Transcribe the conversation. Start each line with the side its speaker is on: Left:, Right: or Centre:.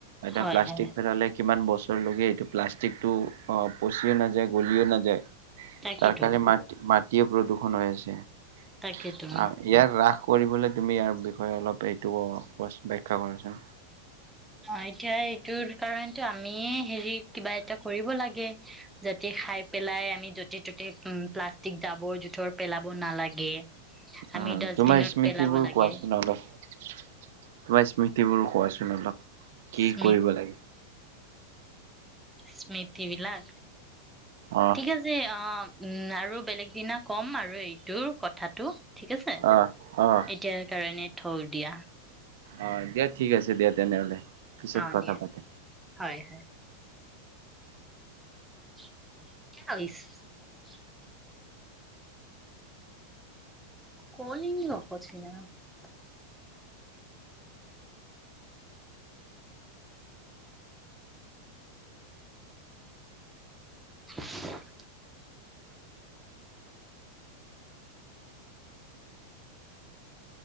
Right: এটা
Centre: হয়
Right: প্লাষ্টিক
Centre: হয়
Right: পেলালে কিমান বছৰলৈকে এইটো প্লাষ্টিকটো অ পচিও নাযায় গলিও নাযায়।
Centre: তাকেতো
Right: তাৰ কাৰণে মাট মাট তিও প্ৰদূষণ হৈ আছে। অ
Centre: তাকেতো
Right: ইয়াৰ ৰাখো কৰিবলৈ তুমি ইয়াৰ বিষয়ে অলপ এইটো বখ্যা কৰাচোন।
Centre: অ এতিয়া এইটোৰ কাৰণটো আমিয়ে হেৰি কিবা এটা কৰিব লাগে যাতে খাই পেলাই আমি য'তে ত'তে প্লাষ্টিক জাবৰ জোথৰ পেলাব নালাগে। আমি
Right: উ
Centre: ডাষ্টবিনত
Right: তোমাৰ স্মৃতি
Centre: পেলাব
Right: বোৰ
Centre: লাগে
Right: কোৱাচোন অলপ তোমাৰ স্মৃতি বোৰ কোৱাচোন। অলপ কি
Centre: স্মৃ
Right: কৰিব লাগে?
Centre: স্মৃতি বিলাক
Right: অ
Centre: ঠিক আছে অ উম আৰু বেলেগ দিনা কম আৰু এইটো কথাটো ঠিক আছে
Right: অ অ।
Centre: এতিয়াৰ কাৰণে থউ দিয়া।
Right: অ দিয়া ঠিক আছে দিয়া তেনেহলে। পিছত
Centre: অ
Right: কথা
Centre: দিয়া
Right: পাতিম।
Centre: হয় হয়। <inaudible> <unintelligible> কলং লকচন <unintelligible> <unintelligible> <unintelligible>